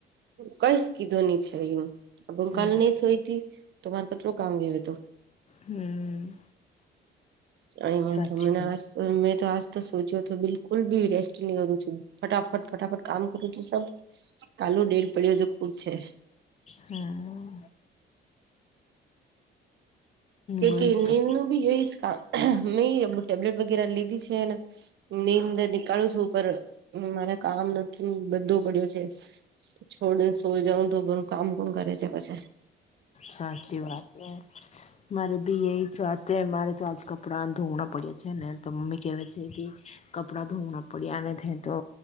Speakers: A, on the right; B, on the left.
A: કઈશ કીધું ની છે યુ અબારુ
B: હમ
A: કલની સોયી થી. તમારે મારે કતરો કામ વિયો વૈતું.
B: હમ.
A: અહી <inaudible>
B: સાચી
A: મનાવે છે. મેં તો આજ તો સોચ્યો હતો બિલકુલ ભી રેસ્ટ ની કરું છું ફટાફટ ફટાફટ કામ કરું છું સબ. કાલું દેડ પડ્યો જો ખુબ છે.
B: હમ. વહી
A: કે
B: તો
A: નેમનું બી એ કામ, મેં ટેબ્લેટ વગેરે લીધી છે એને. નીઅંદર નીકાળુ છું પર મારા કામ નથી બધો પડ્યો છે. છોડીને સૂઈ જાઉં તો બધુ કામ કોણ કરે છે પછ.
B: સાચી વાત હે, મારે ભી એ છે વાતે મારે તો આજ કપડાં ધોવણાં પડ્યા છે ને તો મમ્મી કેહેવે છે. કે કપડા ધોના પડીયાને તો.